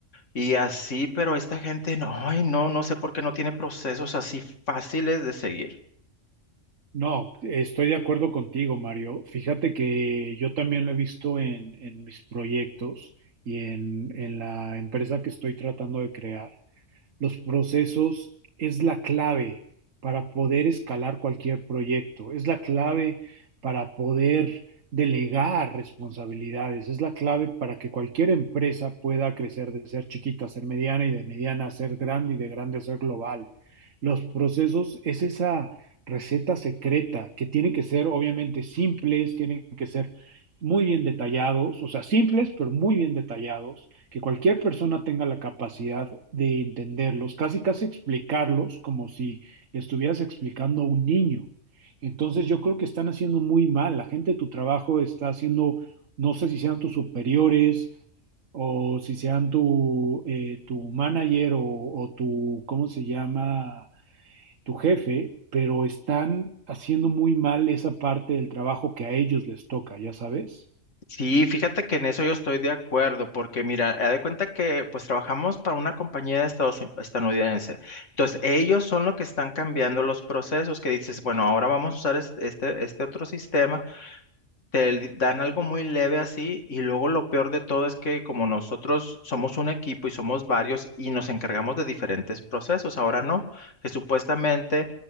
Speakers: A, on the left; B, on the right.
A: y así, pero esta gente no, ay, no, no sé por qué no tiene procesos así fáciles de seguir.
B: No, estoy de acuerdo contigo, Mario. Fíjate que yo también lo he visto en, en mis proyectos y en, en la empresa que estoy tratando de crear. Los procesos es la clave para poder escalar cualquier proyecto, es la clave para poder delegar responsabilidades, es la clave para que cualquier empresa pueda crecer de ser chiquita a ser mediana y de mediana a ser grande y de grande a ser global. Los procesos es esa receta secreta que tienen que ser obviamente simples, tienen que ser muy bien detallados, o sea, simples pero muy bien detallados que cualquier persona tenga la capacidad de entenderlos, casi casi explicarlos como si estuvieras explicando a un niño. Entonces yo creo que están haciendo muy mal, la gente de tu trabajo está haciendo, no sé si sean tus superiores o si sean tu, eh, tu manager o, o tu, ¿cómo se llama? tu jefe, pero están haciendo muy mal esa parte del trabajo que a ellos les toca, ya sabes.
A: Sí, fíjate que en eso yo estoy de acuerdo, porque mira, haz de cuenta que pues trabajamos para una compañía de Estados Uni- estadounidense. Entonces, ellos son los que están cambiando los procesos, que dices, bueno, ahora vamos a usar es- este, este, otro sistema te dan algo muy leve así y luego lo peor de todo es que como nosotros somos un equipo y somos varios y nos encargamos de diferentes procesos, ahora no, que supuestamente